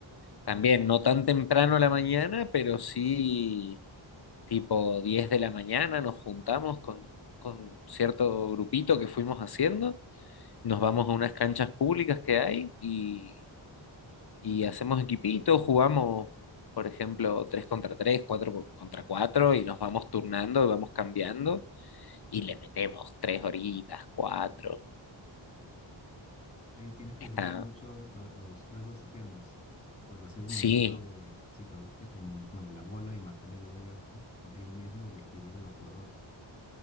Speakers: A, on the left; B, on the left.
A: también no tan temprano a la mañana, pero sí tipo 10 de la mañana nos juntamos con, con cierto grupito que fuimos haciendo, nos vamos a unas canchas públicas que hay y y hacemos equipitos, jugamos, por ejemplo, 3 contra tres 4 contra cuatro y nos vamos turnando y vamos cambiando y le metemos 3 horitas, cuatro
B: Ahí tienes que
A: Está,
B: ejercitar mucho lo- los brazos y piernas por hacer el
A: sí,
B: movimiento de, si lo, en, bueno, la bola y mantener la bola contigo mismo y esquivar a los jugadores.